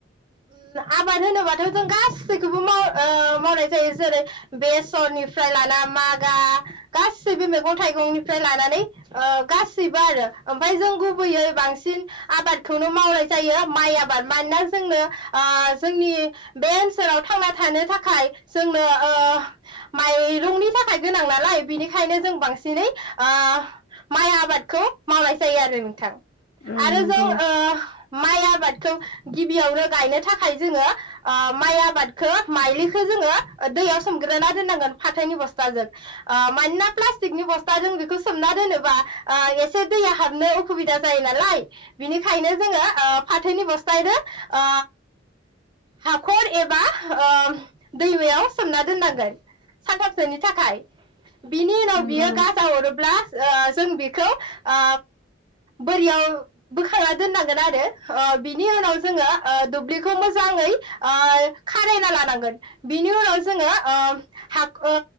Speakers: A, on the right; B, on the left.
A: उम आबाद होनोबाथ' जों गासैखौबो माव ओ मावनाय जायो जेरै बेसरनिफ्राय लाना मागा गासैबो मैगं थाइगंनिफ्राय लानानै ओ गासैबो आरो ओमफ्राय जों गुबैयै बांसिन आबादखौनो मावनाय जायो माइ आबाद मानोना जोंनो ओ जोंनि बे ओनसोलाव थांना थानो थाखाय जोंनो ओ माइरंनि थाखाय गोनां नालाय बिनिखायनो जों बांसिनै ओ माइ आबादखौ मावनाय जायो आरो नोंथां आरो
B: औ
A: जों
B: नंगौ
A: ओ माइ आबादखौ गिबियावनो गायनो थाखाय जोङो ओ माइ आबादखौ माइलिखौ जोङो दैयाव सोमग्रोना दोननांगोन फाथोनि बस्थाजों ओ मानोना प्लास्टिकनि बस्थाजों बेखौ सोमना दोनोबा ओ एसे दैया हाबनो अखुबिदा जायो नालाय बिनिखायनो जोङो ओ फाथोनि बस्थादो ओ हाखर एबा ओ दैमायाव सोमना दोननांगोन सानथामसोनि थाखाय बिनि उनाव
B: नंगौ
A: बियो गाजा अरोब्ला ओ जों बेखौ ओ बोरियाव बोखांना दोननांगोन आरो ओ बिनि उनाव जोङो ओ दुब्लिखौ मोजाङै ओ खारायना लानांगोन बिनि उनाव जोङो ओ हा ओ